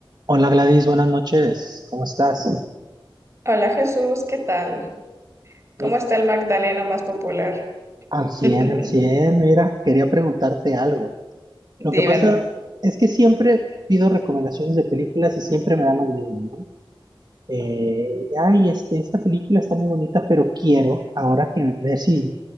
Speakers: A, on the right; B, on the right.
A: Hola Gladys, buenas noches, ¿cómo estás?
B: Hola Jesús, ¿qué tal?
A: Mi-
B: ¿Cómo está el Magdaleno más popular?
A: al 100,
B: <laughs>
A: al 100. mira, quería preguntarte algo. Lo
B: Dímelo.
A: que pasa es que siempre pido recomendaciones de películas y siempre me dan lo mismo, ¿no? Eh, ay, este, esta película está muy bonita, pero quiero ahora que ver si,